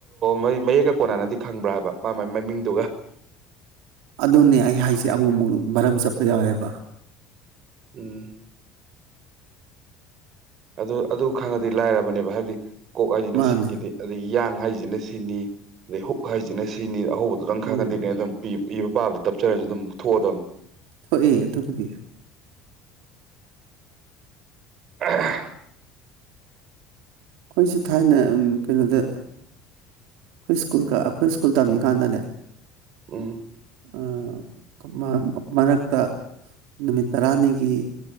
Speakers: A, on the right; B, on the right.
A: ꯃ ꯃꯌꯦꯛꯀ ꯀꯣꯟꯅꯅꯗꯤ ꯈꯪꯕ꯭ꯔꯥ ꯍꯥꯏꯕ ꯃꯥ ꯃꯥꯏ ꯃꯃꯤꯡꯗꯨꯒ
B: ꯑꯗꯨꯅꯦ ꯑꯩ ꯍꯥꯏꯁꯦ ꯑꯃꯨꯛꯃꯨꯛ ꯃꯔꯝ ꯆꯠꯄ ꯌꯥꯎꯋꯦꯕ
A: ꯎꯝ ꯑꯗꯨ ꯑꯗꯨ ꯈꯪꯉꯗꯤ ꯂꯥꯏꯔꯕꯅꯦꯕ ꯍꯥꯏꯕꯗꯤ ꯀꯣꯛ ꯍꯥꯏꯁꯤꯅ
B: ꯃꯥꯅꯦ
A: ꯁꯤꯈꯤꯗꯦ ꯑꯗꯒꯤ ꯌꯥꯌꯥꯡ ꯍꯥꯏꯁꯤꯅ ꯁꯤꯅꯤ ꯑꯗꯩ ꯍꯨꯛ ꯍꯥꯏꯁꯤꯅ ꯁꯤꯅꯤ ꯑꯍꯧꯕꯗꯨꯣ ꯑꯗꯨꯝ ꯈꯪꯉꯗꯗꯤꯅꯦ
B: ꯎꯝ
A: ꯑꯗꯨꯝ ꯄꯤ ꯏꯕ ꯄꯥꯕꯗ ꯇꯞꯆꯔꯁꯨ ꯑꯗꯨꯝ ꯊꯣꯛꯑꯗꯕ
B: ꯊꯣꯛꯑ ꯑꯗꯨꯕꯨꯗꯤ
A: <inaudible>
B: ꯑꯩꯈꯣꯏꯁꯦ ꯊꯥꯏꯅ ꯀꯩꯅꯣꯗ ꯑꯩꯈꯣꯏ ꯁ꯭ꯀꯨꯜ ꯑꯩꯈꯣꯏ ꯁ꯭ꯀꯨꯜ ꯇꯝꯃꯤꯀꯥꯟꯗꯅꯦ
A: ꯎꯝ
B: ꯑꯝ ꯃꯔꯛꯇ ꯅꯨꯃꯤꯠ ꯇꯔꯥꯅꯤꯒꯤ